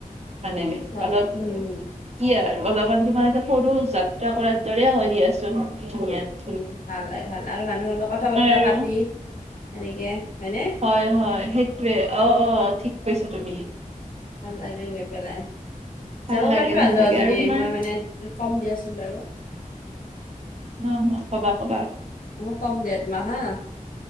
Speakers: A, on the right; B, on the left.
A: মানে
B: অ
A: অলপ',
B: উম হম
A: কি আৰু অলপমান তোমাৰ সৰু যাত্ৰা কৰাৰ দৰে হয় দিয়াচোন ধুন
B: উম, ভাল - ভাল আৰু মানুহৰ লগত কথা বতৰা
A: আৰু
B: পাতি সেনেকে হয়নে।
A: হয় - হয় সেই টোৱে অ', অ', ঠিক কৈছ তুমি।
B: ভাল লাগে গৈ পেলাই।
A: ভাল
B: যাব
A: লাগে
B: পাৰিবা
A: ভাল
B: যোৱা
A: লাগে
B: যদি
A: আৰু তোমাৰ
B: মই মানে য'ত ফৰ্ম দি আছোঁ বাৰু',
A: হুম', -হুম', ক'বা ক'বাই',
B: মই কম দিয়া তোমাক হা,